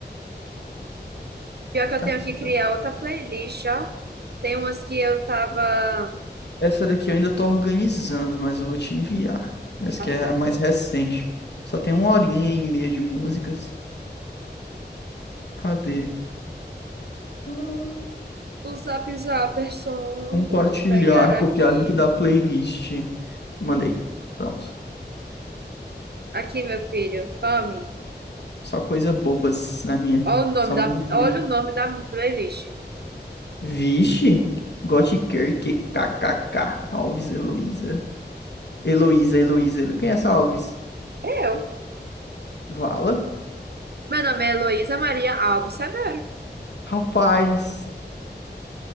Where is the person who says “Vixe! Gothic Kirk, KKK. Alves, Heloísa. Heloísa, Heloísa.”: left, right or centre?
Left